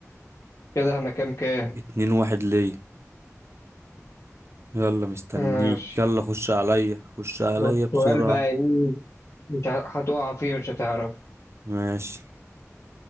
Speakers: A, on the left; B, on the right.
A: كده احنا كام كام؟
B: اتنين واحد ليا يلا مستنيك
A: ماشي
B: يلا خش عليا خش عليا
A: والسؤال
B: بسرعة
A: بقى ايه؟ مش ه- هتقع فيه مش هتعرف
B: ماشي